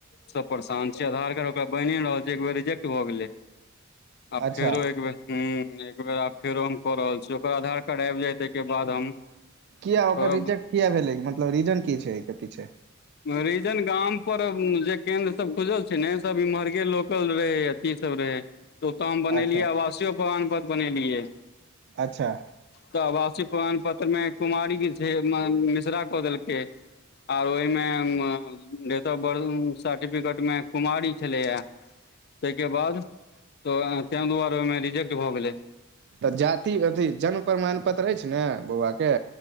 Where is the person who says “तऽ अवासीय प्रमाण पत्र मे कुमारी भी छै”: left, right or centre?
Left